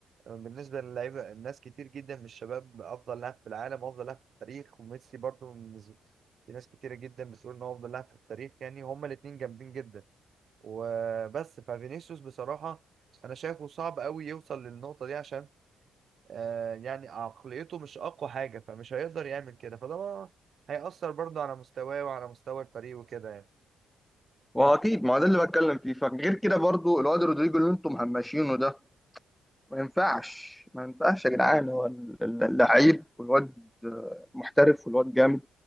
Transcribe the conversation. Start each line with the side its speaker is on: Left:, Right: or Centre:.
Right: بالنسبه للعيبه الناس كتير جدا من الشباب افضل لاعب في العالم وافضل لاعب في التاريخ وميسي برضو من ز- في ناس كتيره جدا بتقول ان هو افضل لاعب في التاريخ يعني هما الاتنين جامدين جدا وبس ففينيسيوس بصراحه انا شايفه صعب قوي يوصل للنقطه دي عشان آه يعني عقليته مش اقوى حاجه فمش هيقدر يعمل كده فده بقى هيأثر برضه على مستواه وعلى مستوى الفريق وكده يعني
Centre: واكيد ما هو ده اللي بتكلم فيه فغير كده برضو الواد رودريجو اللي انتم مهمشينه ده ما ينفعش ما ينفعش يا جدعان هو ال- ال- اللعيب والواد محترف والواد جامد